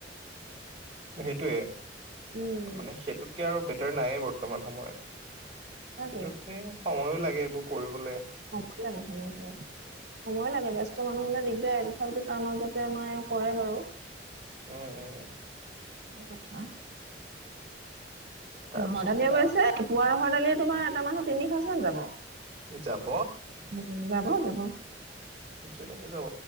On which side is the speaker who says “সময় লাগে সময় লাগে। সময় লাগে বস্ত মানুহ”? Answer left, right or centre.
Right